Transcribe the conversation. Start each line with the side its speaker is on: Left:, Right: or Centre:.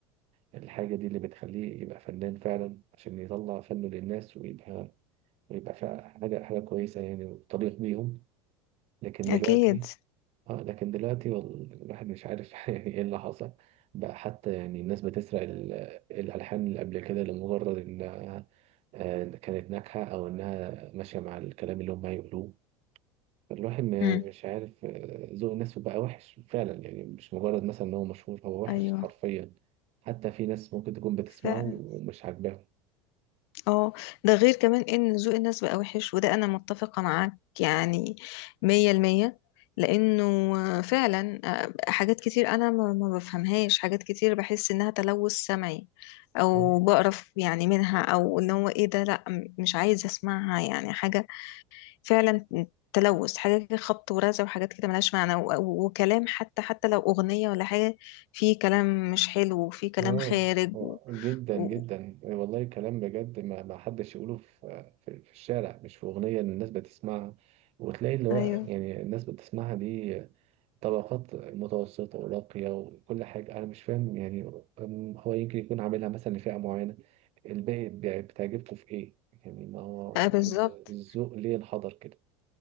Right: الحاجة دي اللي بتخليه يبقى فنان فعلا عشان يطلع فنه للناس ويبقى ويبقى فعلا حاجة حاجة كويسة يعني وتليق بيهم لكن
Left: أكيد
Right: دلوقتي اه لكن دلوقتي وال- الواحد مش عارف <laughs> يعني ايه اللي حصل بقى حتى يعني الناس بتسرق ال- الألحان اللي قبل كده لمجرد إنها آه، كانت ناجحة أو إنها ماشية مع الكلام اللي هم هيقولوه الواحد ما-
Left: مم.
Right: مش عارف آه، ذوق الناس بقى وحش فعلا يعني مش مجرد مثلا ان هو مشهور هو وحش
Left: أيوه
Right: حرفيا حتى في ناس ممكن تكون بتسمعه
Left: فعلا
Right: ومش عاجباهم
Left: اه ده غير كمان ان ذوق الناس بقى وحش وده انا متفقة معاك يعني مية المية لانه فعلا آه، حاجات كتير انا ما ما بفهمهاش حاجات كتير بحس انها تلوث سمعي او
Right: اه
Left: بقرف يعني منها او ان هو ايه ده لا م- مش عايزة اسمعها يعني حاجة فعلا تلوث حاجة كده خبط ورزع وحاجات كده ملهاش معنى و- و- وكلام حتى حتى لو اغنية ولا حاجة في كلام مش حلو وفي كلام
Right: اه
Left: خارج
Right: آه،
Left: و...
Right: جدا
Left: و...
Right: جدا والله كلام بجد ما, ما حدش يقوله في, في, في الشارع مش في اغنيه إن الناس بتسمعها وتلاقي اللي هو
Left: ايوه
Right: يعني الناس بتسمعها دي طبقات متوسطة وراقية وكل حاجة أنا مش فاهم يعني أم، هو يمكن يكون عاملها مثلا لفئة معينة الباقي بتاع- بتعجبكم في إيه؟ يعني ما هو
Left: آه بالظبط
Right: الذ- الذوق ليه انحدر كده